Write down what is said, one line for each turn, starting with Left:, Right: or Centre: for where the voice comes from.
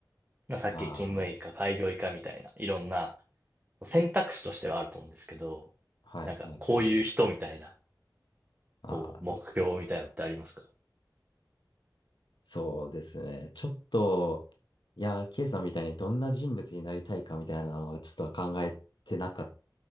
Right: まあさっき勤務医か開業医かみたいな、
Left: あ
Right: いろんな選択肢としてはあると思うんですけど、
Left: あ、はいはいはい。
Right: なんか、こういう人みたいな、
Left: ああ、
Right: こう、目標みたいなのってありますか
Left: そうですね。ちょっと、いや、ケイさんみたいにどんな人物になりたいかみたいなのはちょっと考えてなかっ